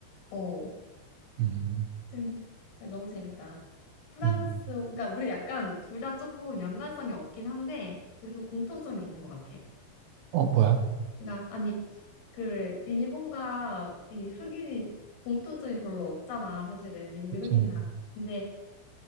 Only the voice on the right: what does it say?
음,
음.
어, 뭐야?
음,